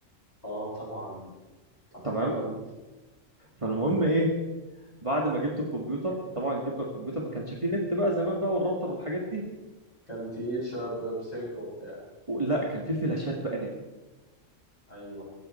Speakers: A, on the left; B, on the right.
A: اه طبعا انت هتفكرني
B: تمام فالمهم ايه بعد ما جبت الكمبيوتر طبعا جبنا الكمبيوتر ما كانش فيه نت بقى زمان بقى والراوتر والحاجات دي
A: كان تقيل شويه ب- بسلك وبتاع
B: لا كان فيه فلاشات بقى نت
A: ايوه